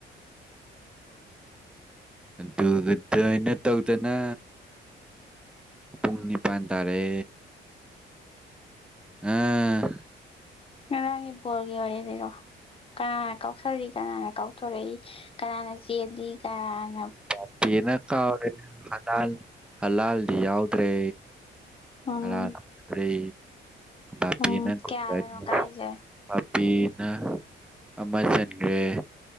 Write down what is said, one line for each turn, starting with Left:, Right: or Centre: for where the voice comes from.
Left: <inaudible>
Centre: ꯑꯗꯨ ꯑꯗꯥꯏꯅ ꯇꯧꯗꯅ ꯄꯨꯡ ꯅꯤꯄꯥꯟ ꯇꯥꯔꯦ
Left: <inaudible>
Centre: ꯑꯥ
Left: ꯉꯔꯥꯡꯒꯤ ꯕꯣꯜꯒꯤ ꯋꯥꯔꯤ ꯂꯤꯔꯛꯑꯣ ꯀꯅꯥꯅ ꯀꯥꯎꯁꯜꯂꯤ ꯀꯅꯥꯅ ꯀꯥꯎꯊꯣꯔꯛꯏ ꯀꯅꯥꯅ ꯆꯦꯜꯂꯤ ꯀꯅ
Centre: ꯕꯄꯦꯅ ꯀꯥꯎꯔꯦ ꯍꯂꯥꯜ ꯍꯂꯥꯜꯗꯤ ꯌꯥꯎꯗ꯭ꯔꯦ
Left: ꯎꯝ
Centre: ꯉꯔꯥꯡ ꯔꯦ ꯕꯄꯦꯅ
Left: ꯎꯝ
Centre: <unintelligible>
Left: ꯀꯌꯥꯗꯅꯣ ꯀꯥꯏꯁꯦ
Centre: ꯄꯦꯅ ꯑꯃ ꯆꯟꯒ꯭ꯔꯦ